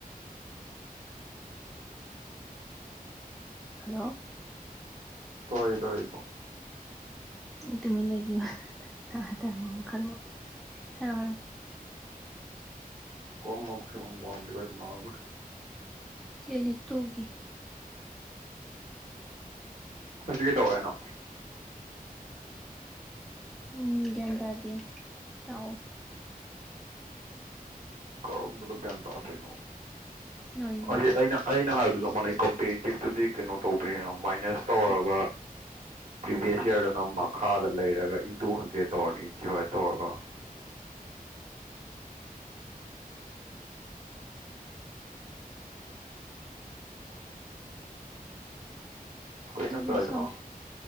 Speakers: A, in the centre; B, on the right.
A: ꯍꯜꯂꯣ꯫
B: <unintelligible> ꯀꯣ
A: ꯇꯨꯃꯤꯟ ꯂꯩꯌꯨ <unintelligible> ꯍꯥꯏꯔꯛꯑꯣ ꯍꯥꯏꯔꯛꯑꯣ
B: <unintelligible>
A: ꯌꯨꯅꯤꯠ ꯇꯨꯒꯤ꯫
B: ꯃꯁꯤ ꯀꯩꯗꯧꯔꯦ ꯍꯥꯏꯅꯣ꯫
A: ꯎꯝ ꯒꯌ꯭ꯥꯟ ꯇꯥꯗꯦ ꯇꯥꯛ ꯑꯣ꯫
B: ꯀꯔꯝꯕꯅꯣ ꯒ꯭ꯌꯥꯟ ꯇꯥꯗ꯭ꯔꯦꯅꯣ
A: ꯂꯣꯏꯅꯃꯛ
B: <unintelligible> ꯑꯩꯅ ꯑꯩꯅ ꯍꯥꯏꯕꯗꯨ ꯆꯞ ꯃꯅꯩ ꯀꯝꯄꯦꯔꯤꯇꯤꯞꯇꯨꯗꯤ ꯀꯩꯅꯣ ꯇꯧꯗꯣꯏꯅ ꯃꯥꯏꯅꯁ ꯇꯧꯔꯒ ꯄ꯭ꯔꯤꯚꯤꯌꯁ ꯌꯔꯗꯅ ꯃꯈꯥꯗ ꯂꯩꯔꯒ ꯏꯟꯇꯨ ꯍꯟꯗ꯭ꯔꯦꯗ ꯇꯧꯔꯅꯤ ꯗꯤꯚꯥꯏꯠ ꯇꯧꯔꯒ꯫ ꯀꯩ
A: ꯑꯗꯨꯗꯤ
B: ꯅꯪ ꯆꯥꯏꯗꯅꯣ
A: <unintelligible>